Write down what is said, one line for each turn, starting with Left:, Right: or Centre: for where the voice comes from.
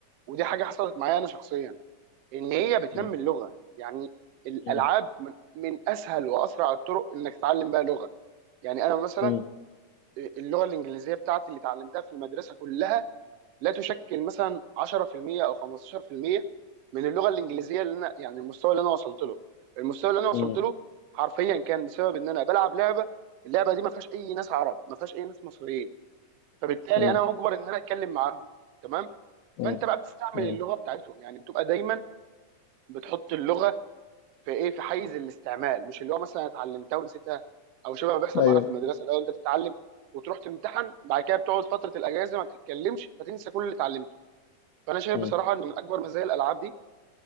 Right: ودي حاجه حصلت معايا انا شخصيا ان هي بتنمي
Left: م-
Right: اللغه يعني الالعاب
Left: م-
Right: من من اسهل واسرع الطرق انك تتعلم بيها لغه يعني انا مثلا
Left: م.
Right: اللغه الانجليزيه بتاعتي اللي اتعلمتها في المدرسه كلها لا تشكل مثلا 10% او 15% من اللغه الانجليزيه اللي انا يعني المستوى اللي انا وصلت له المستوى اللي انا وصلت
Left: مم.
Right: له حرفيا كان بسبب ان انا بلعب لعبه اللعبه دي ما فيهاش اي ناس عرب ما فيهاش اي ناس مصريين فبالتالي
Left: مم.
Right: انا مجبر ان انا اتكلم معاهم تمام
Left: مم.
Right: فانت بقى بتستعمل
Left: مم.
Right: اللغه بتاعتهم يعني بتبقى دايما بتحط اللغه في ايه في حيز الاستعمال مش اللي هو مثلا اتعلمتها ونسيتها او شبه ما بيحصل
Left: ايوه
Right: معانا في المدرسه الاول انت بتتعلم وتروح تمتحن بعد كده بتقعد فتره الاجازه ما بتتكلمش فتنسى كل اللي اتعلمته فانا شايف
Left: مم.
Right: بصراحه ان من اكبر مزايا الالعاب دي